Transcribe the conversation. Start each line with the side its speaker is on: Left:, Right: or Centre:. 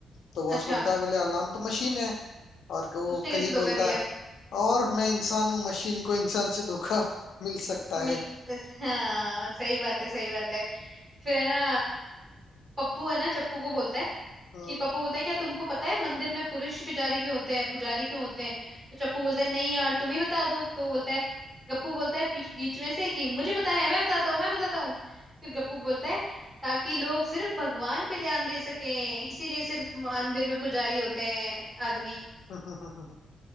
Left: तो बॉस
Right: अच्छा
Left: बोलता है बोले अलार्म तो मशीन है और वो
Right: उसने
Left: कलीग
Right: कैसे धोखा
Left: बोलता
Right: दिया
Left: है और मैं इंसान हूँ मशीन को इंसान से धोखा मिल सकता
Right: मिल
Left: है
Right: <laughs> हाँ सही बात है सही बात है फिर है ना पप्पू है ना चप्पू को बोलता है
Left: हम्म,
Right: कि पप्पू बोलता है क्या तुमको पता है मंदिर में पुरुष पुजारी क्यों होते हैं पुजारी क्यों होते हैं तो चप्पू बोलता है नहीं यार तुम ही बता दो तो बोलता है गप्पू बोलता है बीच बीच में से कि मुझे पता है मैं बताता हूँ मैं बताता हूँ फिर गप्पू बोलता है ताकि लोग सिर्फ भगवान पे ध्यान दे सके इसीलिए सिर्फ मंदिर में पुजारी होते हैं आदमी
Left: हम्म, <laughs>